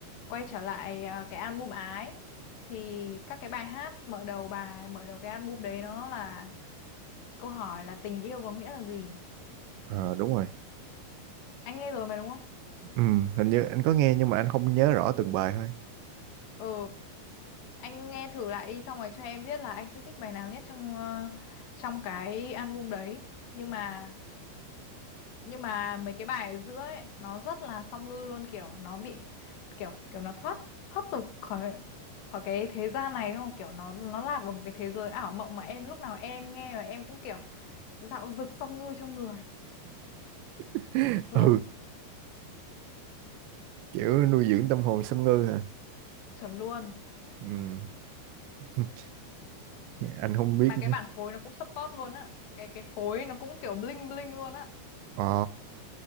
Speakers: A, on the left; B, on the right.
A: quay trở lại à, cái album ái thì các cái bài hát mở đầu bài mở đầu cái album đấy nó là câu hỏi là tình yêu có nghĩa là gì
B: ờ, đúng rồi
A: anh nghe rồi mà đúng không
B: ừ hình như anh có nghe nhưng mà anh không nhớ rõ từng bài thôi
A: ừ anh nghe thử lại đi xong rồi cho em biết là anh sẽ thích bài nào nhất trong ờ, trong cái album đấy nhưng mà nhưng mà mấy cái bài ở giữa ấy nó rất là song ngư luôn kiểu nó bị kiểu kiểu nó thoát thoát tục khỏi khỏi cái thế gian này xong rồi kiểu nó nó lạc vào một cái thế giới ảo mộng mà em lúc nào em nghe mà em cũng kiểu dạo dực song ngư trong người
B: <laughs>
A: sướng
B: ừ kiểu nuôi dưỡng tâm hồn xâm ngư hả
A: chuẩn luôn
B: ừ <laughs> anh không biết
A: mà
B: nữa.
A: cái bản phối nó cũng support luôn á cái cái phối nó cũng kiểu bling bling luôn á
B: ờ